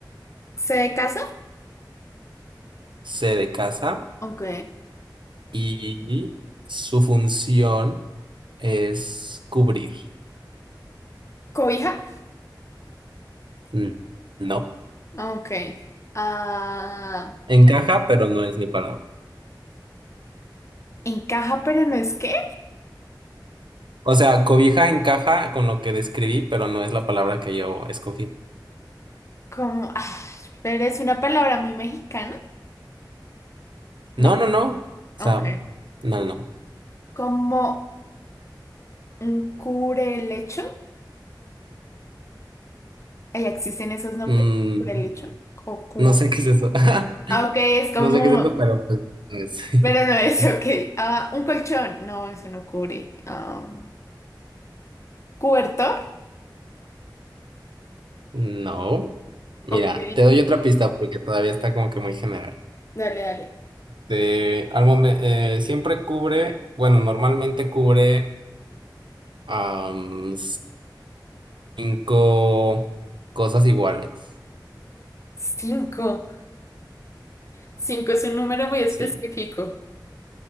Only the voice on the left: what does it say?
¿Se de casa?
Ok.
¿Cobija?
Ok. Ah,
¿encaja pero no es qué?
Como, ah, pero es una palabra muy mexicana.
No,
ok.
¿Como un cubrelecho? ¿Ya existen esos nombres?
¿Cubrelecho? ¿O cubre?
Ah, Ok, es como
Pero no es
ok. Ah, un colchón. No, eso no cubre. Am, ¿Cobertor?
Ok,
dale, dale.
Cinco. Cinco es un número muy específico.